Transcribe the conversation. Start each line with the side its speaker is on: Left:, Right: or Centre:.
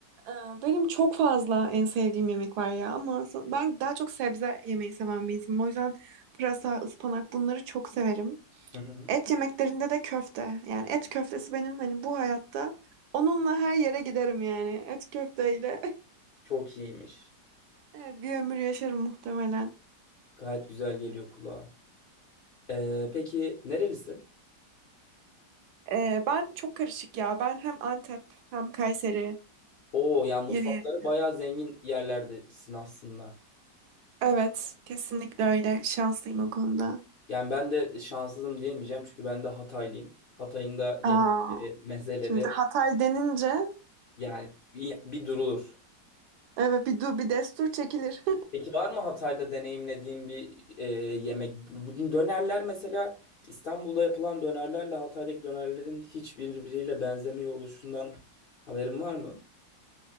Right: Ee, Benim çok fazla en sevdiğim yemek var ya ama son- ben daha çok sebze yemeyi seven bir insanım. O yüzden pırasa, ıspanak bunları çok severim.
Left: Hı hı.
Right: Et yemeklerinde de köfte. Yani et köftesi benim hani bu hayatta onunla her yere giderim yani. Et köfteyle
Left: Çok iyiymiş.
Right: <laughs> evet, bir ömür yaşarım muhtemelen.
Left: Gayet güzel geliyor kulağa. Ee, peki nerelisin?
Right: Ee, ben çok karışık ya. Ben hem Antep hem Kayseri
Left: Oo yani mutfakları
Right: yeri yeri.
Left: bayağı zengin yerlerdesin aslında.
Right: Evet, kesinlikle öyle. Şanslıyım o konuda.
Left: Yani ben de şanssızım diyemeyeceğim çünkü ben de Hataylıyım. Hatay'ın da
Right: Aa,
Left: yemekleri, mezeleri
Right: şimdi Hatay denince
Left: yani bir, bir durulur.
Right: evet bir, du bir destur çekilir.
Left: Peki var mı Hatay'da deneyimlediğin bir e, yemek? Bu dönerler mesela İstanbul'da yapılan dönerlerle Hatay'daki dönerlerin hiçbiriyle benzemiyor oluşundan haberin var mı?